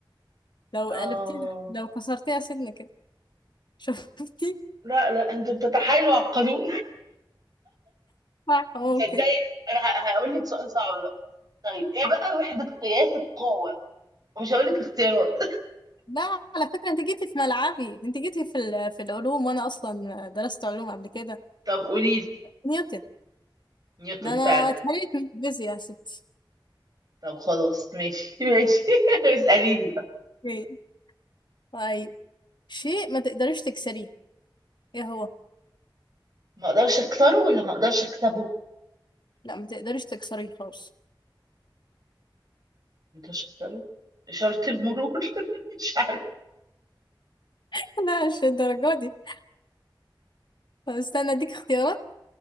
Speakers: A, on the left; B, on the right.
A: لو
B: اه
A: قلبتيه لو كسرتيها سنة كده <laughs> شفتي
B: لا لا انتوا بتتحايلوا على القانون
A: صح ممكن
B: <laughs> تصدقي انا ه- هقول لك سؤال صعب بقى طيب ايه بقى وحدة قياس القوة ومش هقول لك اختيارات
A: لا على فكرة انت جيتي في ملعبي انت جيتي في ال- في العلوم وانا اصلا درست علوم قبل كده
B: <laughs> طب قولي لي
A: نيوتن
B: نيوتن
A: ده انا
B: فعلا
A: اتهريت من الفيزياء يا ستي
B: طب خلاص ماشي <laughs> ماشي اسأليني بقى
A: إيه. طيب شيء ما تقدريش تكسريه ايه هو
B: ما اقدرش اكسره ولا ما اقدرش اكسبه
A: لا ما تقدريش تكسريه خالص
B: ما اقدرش اكسره إشارة المرور <laughs> مش
A: <laughs> لا مش الدرجة دي طب استنى اديك اختيارات